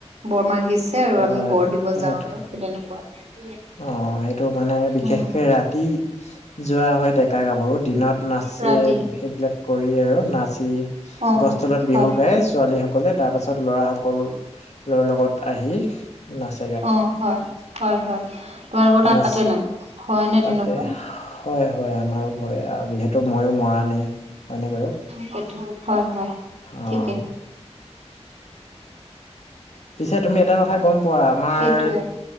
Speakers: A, on the right; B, on the left.
A: বৰ মাগিছে আৰু
B: হয়
A: আমি বৰ দিব
B: সেইটো
A: যাওঁ আৰু সে তেনেকুৱা।
B: অ' সেইটো কাৰণে বিশেষকে
A: উম,
B: ৰাতি যোৱা হয়। ডেকা গাভৰু দিনত নাচে,
A: ৰাতি
B: সেইবিলাক কৰি আৰু নাচি
A: অ,
B: গছ তলত বিহু
A: হয়
B: গাই, ছোৱালী সকলে। তাৰ পাছত লৰা সকলৰ লগত আহি, নাচ
A: অ' হয়, হয়, হয় তোমালোকৰ তাত
B: নাচ
A: পাতে নাই, হয় নে
B: তাতে
A: তেনেকুৱা?
B: হয় হয় আমাৰো হয়, যিহে ময়ো মৰাণ হে, হয়নে বাৰু,
A: সেইটো হয় হয়
B: অ'।
A: ঠিকেই
B: পিছে তুমি এটা কথা গম পোৱা, আমাৰ
A: সেইটোৱে